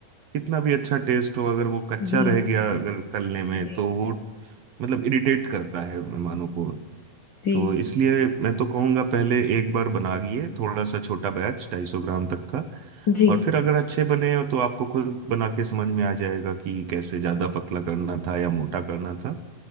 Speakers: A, on the right; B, on the left.
A: कितना भी अच्छा टेस्ट हो अगर वो कच्चा
B: जी
A: रह गया अगर तलने में
B: जी
A: तो वो मतलब इरिटेट करता है मेहमानों को
B: जी
A: तो इसलिए मैं तो कहूँगा पहले एक बार बनाइए थोड़ा सा छोटा बैच ढाई सौ ग्राम तक का
B: जी
A: और फिर अगर अच्छे बने हो तो आपको खुद बना के समझ में आ जाएगा कि कैसे ज़्यादा पतला करना था या मोटा करना था